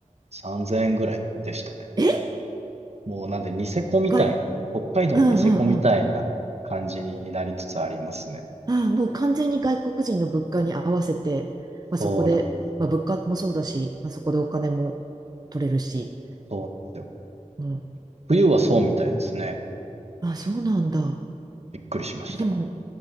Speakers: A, on the right; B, on the right.
A: 3000円ぐらいでしたね。
B: え、
A: もうなんでニセコみたいな、
B: 外、
A: 北海道のニセコみたいな感じになりつつありますね。
B: うんうんうん。ああ、もう完全に外国人の物価に合わせて、まあ、そこで、
A: そうなんですよ。
B: まあ、物価もそうだし、まあ、そこでお金も取れるし。
A: そうなんですよ。
B: うん。
A: 冬はそうみたいですね。
B: あ、そうなんだ。
A: びっくりしました。
B: え、でも、